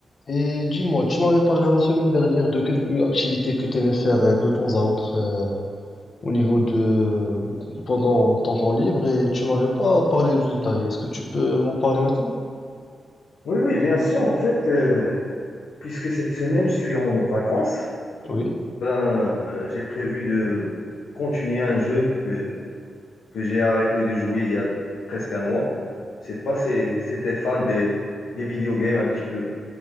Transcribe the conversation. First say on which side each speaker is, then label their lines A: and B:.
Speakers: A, on the left; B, on the left.
A: Et dis-moi, tu m'avais parlé la semaine dernière de quelques activités que tu aimais faire euh, de temps à autre euh, au niveau de pendant ton temps libre et tu m'avais pas parlé de détails. Est-ce que tu peux m'en parler maintenant?
B: Oui, oui, bien sûr. En fait, euh, puisque cette semaine, je suis en vacances,
A: Oui.
B: ben, euh, j'ai prévu de continuer un jeu que, que j'ai arrêté de jouer il y a presque un mois. Je sais pas si c'était fan des, des video games un petit peu.